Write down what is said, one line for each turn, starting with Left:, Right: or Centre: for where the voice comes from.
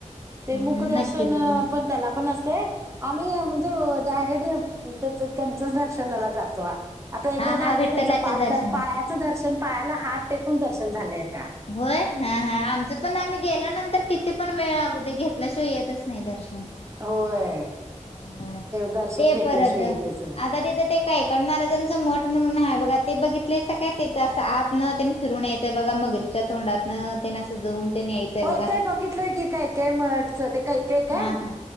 Left: हम्म
Right: ते मुखदर्शन
Left: नक्की बघून
Right: पण त्याला पण असते. आम्ही म्हणजे डायरेक्ट त्यांचच दर्शनाला जातो. आता एकदा
Left: हा
Right: झालंय
Left: हा विठ्ठलाच्या
Right: त्यांचं पा
Left: दर्शनाला
Right: पायाचं दर्शन पायाला हात टेकून दर्शन झालंय अक्का
Left: होय हा हा आमचं पण आम्ही गेल्यानंतर किती पण वेळ लागूद्या घेतल्याशिवाय येत नाही. ते स्नेहदर्शन
Right: होय.
Left: ह हा
Right: दर्शन
Left: ते
Right: घेतल्याशिवाय
Left: परत
Right: येतच ना
Left: आता तिथं ते कैकाडी महाराजांचं मठ म्हणून आहे बघा ते बघितलयसा काय ते असं आत न फिरून यायचंय बघा मगरी च्या तोंडातन तेन अस जाऊन ते न यायचंय
Right: होय
Left: बघा
Right: ते बघितलंय की काय काय मठचं ते कैकय काय
Left: हा हा